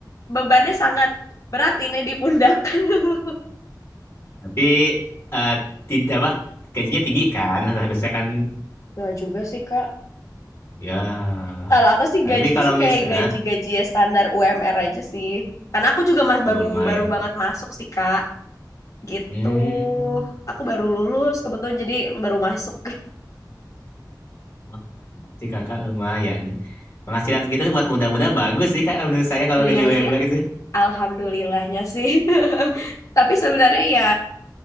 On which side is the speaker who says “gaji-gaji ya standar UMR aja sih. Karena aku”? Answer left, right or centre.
Left